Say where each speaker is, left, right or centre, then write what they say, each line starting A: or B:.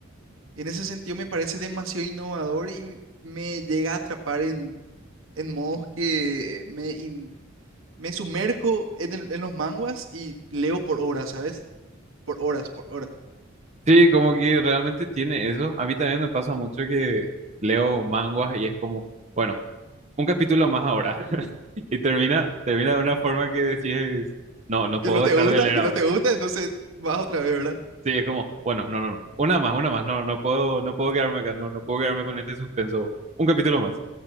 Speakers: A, on the right; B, on the right.
A: En ese sentido me parece demasiado innovador y m- me llega a atrapar en, en modos que me, in- me sumerjo en, el- en los manguas y leo por horas, ¿sabes? Por horas, por horas.
B: Sí, como que realmente tiene eso. A mí también me pasa mucho que leo manguas y es como, bueno, un capítulo más ahora. <laughs> Y termina, termina de una forma que decís, no, no puedo
A: Que no te
B: dejar
A: gusta,
B: de leer
A: que
B: ahora.
A: no te gusta, entonces vas otra vez, ¿verdad?
B: Sí, es como, bueno, no, no, no. Una más, una más. No, no puedo, no puedo quedarme acá. No, no puedo quedarme con este suspenso. Un capítulo más.